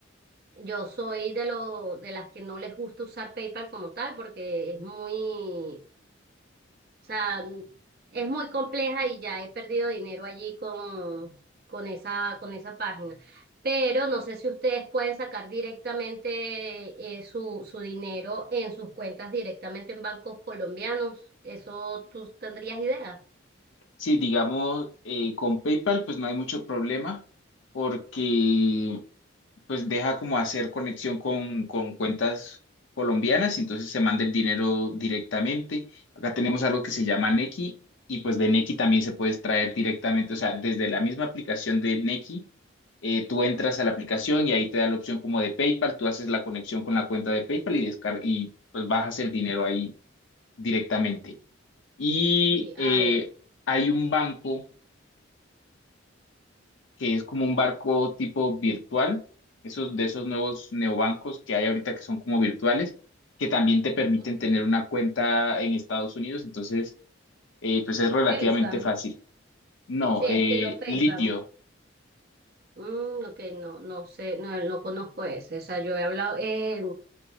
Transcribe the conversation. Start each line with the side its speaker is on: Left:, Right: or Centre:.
Right: Yo soy de lo, de las que no les gusta usar PayPal como tal, porque es muy, o sea, es muy compleja y ya he perdido dinero allí con, con esa, con esa página. Pero no sé si ustedes pueden sacar directamente eh, su, su dinero en sus cuentas directamente en bancos colombianos. ¿Eso tú tendrías idea?
Left: Sí, digamos, eh, con PayPal pues no hay mucho problema porque pues deja como hacer conexión con, con cuentas colombianas, entonces se manda el dinero directamente. Acá tenemos algo que se llama Nequi y pues de Nequi también se puede extraer directamente, o sea, desde la misma aplicación de Nequi, eh, tú entras a la aplicación y ahí te da la opción como de PayPal, tú haces la conexión con la cuenta de PayPal y, descar y pues bajas el dinero ahí directamente. Y
Right: Sí,
Left: eh,
Right: ah, bueno.
Left: hay un banco que es como un barco tipo virtual, esos de esos nuevos neobancos que hay ahorita que son como virtuales, que también te permiten
Right: Ok.
Left: tener una cuenta en Estados Unidos, entonces eh, pues es relativamente
Right: Facebook.
Left: fácil. No,
Right: Sí,
Left: eh,
Right: estilo Facebook.
Left: litio.
Right: Mm, ok, no, no sé, no, no conozco ese. O sea, yo he hablado, eh,